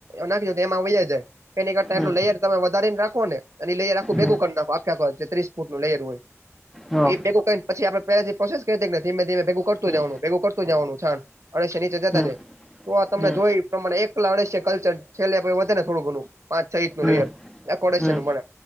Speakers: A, on the right; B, in the centre.
A: નાખીજો તો એમાં વયા જાય એની કરતા એટલું
B: હમ
A: લેયર તમે વધારી ને નાખો ને એની લેયર આખું ભેગું
B: હમ
A: કરી નાખ ત્રીસ ફૂટ નું લેયર હોય
B: હા
A: એ ભેગું કરી પછી આપણેે પેલાથી પ્રોસેસ કરીને ધીમે ધમે ભેગુ કરતું
B: હમ
A: જવાનું ભેગું કરતું જવાનું અડશિયા નીચે જતા
B: હમ
A: જાય તો આ તમને
B: હમ
A: જોય પ્રમાણે એકલાડશે કલ્ચર છેલ્લે વધે ને થોડું ઘણું પાંચ છ એકનું
B: હમ
A: લેયર એ આંખું અળસિયાંને
B: હમ
A: મળે